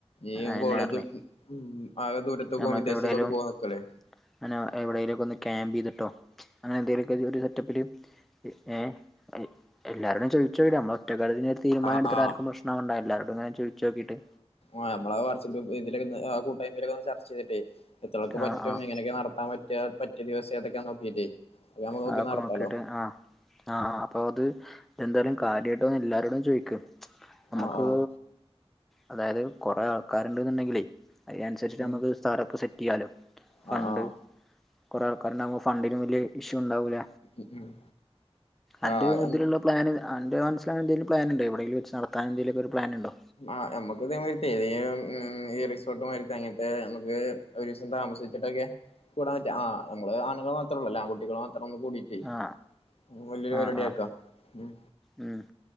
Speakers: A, on the left; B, in the centre.
A: ഈയും
B: അയെന്നെ
A: കോളേജും
B: പറഞ്ഞേ
A: ഉം ആക ദൂരത്ത് പോവാൻ
B: നമ്മക്ക്
A: വിദേശത്തൊക്കൊക്കെ
B: എവിടേലും
A: പോവാൻ നിക്കല്ലേ?
B: അങ്ങനെ എവിടേല് ഒക്കെ ഒന്ന് ക്യാമ്പിത്ട്ടോ അങ്ങനെ എന്തേലു ഒക്കെ ഒരു സെറ്റപ്പില് ഏ എ എല്ലാരോടും ചോദിച്ചോക്കീട്ട് നമ്മള് ഒറ്റക്കാ തീരുമാനടുത്തട്ട്
A: ആഹ് ആഹ്
B: ആർക്കും പ്രശനാവണ്ടാ. എല്ലാവരോടൊന്ന് ചോയ്‌ച്ചോക്കീട്ട്
A: ആ ഞമ്മളേ വാട്ട്സ്പ്പ് ഗ്രൂപ്പ് ഇതിലൊക്കേന്ന് ആ കൂട്ടായ്മയിലൊക്കെ ഒന്ന് ചർച്ച ചെയ്തിട്ടേയ് എത്രാൾക്ക്
B: ആഹ്
A: പറ്റും
B: ആഹ്
A: എങ്ങനെക്കെ നടത്താൻ പറ്റുക പറ്റിയ ദിവസം ഏതൊക്കെയാ നോക്കീട്ടേ അത് നമ്മക്ക് നോക്കി
B: അതൊക്കെ
A: നടത്താലോ
B: നോക്കിട്ട് ആ ആ അപ്പൊ അത് എന്തായാലും കാര്യായിട്ടൊന്ന് എല്ലാരോടും ചോയിക്ക് നമ്മക്ക്
A: ആഹ് ആഹ്
B: അതായത് കൊറെ ആൾക്കാര്ണ്ടെന്ന്ണ്ടെങ്കിലേ അതിനനുസരിച്ചട്ട്
A: ഉം
B: നമ്മക്ക് സ്ഥലമൊക്കെ സെറ്റെയ്യാല്ലോ.
A: ആഹ്
B: ഫണ്ട്.
A: ആഹ്
B: കൊറേ ആൾക്കാരുണ്ടാവുമ്പ ഫണ്ടിന് വല്ല്യേ ഇഷ്യൂ ഉണ്ടാവൂല.
A: ഉം ഉം
B: അന്റെ
A: ആഹ്
B: യോഗതിലുള്ള
A: ഞമ്മ
B: പ്ലാന് അഡ്വാൻസിലങ്ങനെന്തേലും പ്ലാനുണ്ടോ എവിടേങ്കിലും വച്ച് നടത്താനെന്നെന്തേലൊക്ക ഒരു പ്ലാനുണ്ടോ?
A: ആ നമ്മക്ക് ഇതേ മാതിരിത്തെ <unintelligible> മ്മ് റിസോർട്ടുമായിരത്തെ അങ്ങനത്തെ നമ്മക്ക് ഒരീസം താമസിച്ചിട്ടൊക്കെ കൂടാൻ പറ്റും ആ നമ്മള് ആണുങ്ങള് മാത്രൊള്ളല്ലേ ആൺകുട്ടികള് മാത്രം ഒന്ന് കൂടീ ഇ
B: ആ
A: വലിയൊരു
B: ആ ആ
A: പരിപാടി
B: ആ
A: ആക്കാം. ഉം
B: ഉം